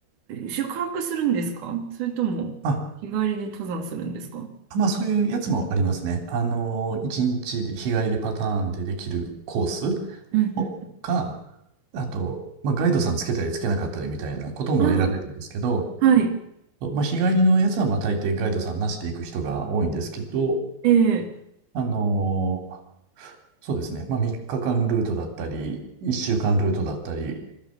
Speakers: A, on the right; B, on the right.
A: え宿泊するんですかそれとも日帰りで登山するんですか
B: ああまあそういうやつもありますね。あの、1日で日帰りパターンでできるコース
A: うん
B: をか、あと、まあガイドさんつけたりつけなかったりみたいなことも選べるんですけど、
A: うん。あ、はい。
B: まあ日帰りのやつはまあ大抵ガイドさんなしで行く人が多いんですけど、
A: えー、
B: あの、そうですね。まあ3日間ルートだったり、1週間ルートだったり、